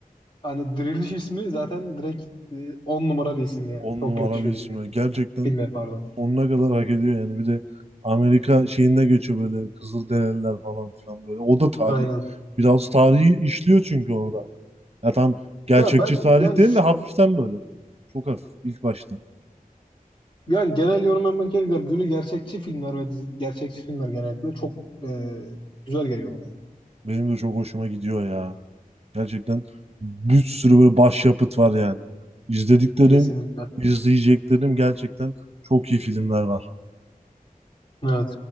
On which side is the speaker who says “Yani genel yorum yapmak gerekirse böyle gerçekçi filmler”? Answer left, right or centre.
Left